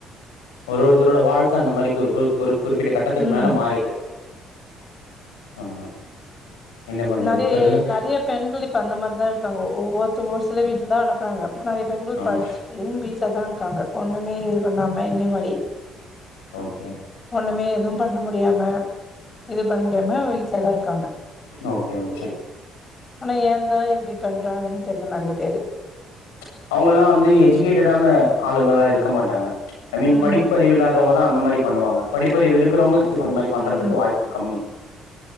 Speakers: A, on the left; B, on the left.
A: ஒரு ஒருத்தரோட வாழ்க்க அந்த மாரி குறு குறு குறு குறிப்பிட்ட கட்டத்துக்கு
B: ம்
A: மேல மாறிடுது ஆமா என்ன பண்றது
B: நெறய
A: இப்ப இருக்கிற
B: நெறய பெண்கள் இப்ப அந்த மாரிதா இருக்கு இருக்காங்க ஒவ்வொருத்தவ ஒரு சில வீட்ல தா அனுப்புறாங்க நெறய பெண்கள்
A: ஆமா
B: படிச்சிட்டும் வீட்ல தா இரு இருக்காங்க ஒண்ணுமே இது பண்ணாம என்னய மாரி
A: ஓகே
B: ஒண்ணுமே எதுவு பண்ண முடியாம இது பண்ணிட்டுமே வீட்ல தா இருக்காங்க
A: ஓகே ஓகே
B: ஆனா ஏந்தா இப்டி பண்றாங்கன்னு தெரில நெறய பெரு
A: ப்ச் அவுங்கல்லா வந்து எஜூகேட்டேடான ஆளுங்களா இருக்க மாட்டாங்க ஐ மீன்
B: ம்
A: படிப்பறிவில்லாதவங்க தா அந்த மாரி பண்ணுவாங்க படிப்பறிவு இருக்குறவங்க அந்த மாரி பண்றதுக்கு
B: ம்
A: வாய்ப்பு கம்மி